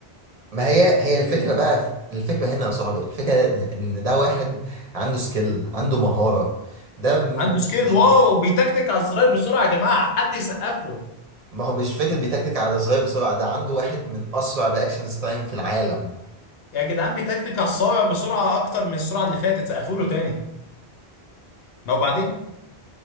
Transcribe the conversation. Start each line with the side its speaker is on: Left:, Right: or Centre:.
Right: ما هي هي الفكرة بقى الفكرة هنا يا صاحبي الفكرة إن إن ده واحد عنده سكيل عنده مهارة ده مش
Left: عنده سكيل
Right: مش
Left: واو بيتكتك على الزراير بسرعه يا جماعه حد يسقف له
Right: ما هو مش فكرة بيتكتك على صغير بسرعة ده عنده واحد من أسرع رياكشنز تايم في العالم
Left: يا جدعان بيتكتك على الصوابع بسرعه اكتر من السرعه اللي فاتت سقفوا له تاني ما وبعدين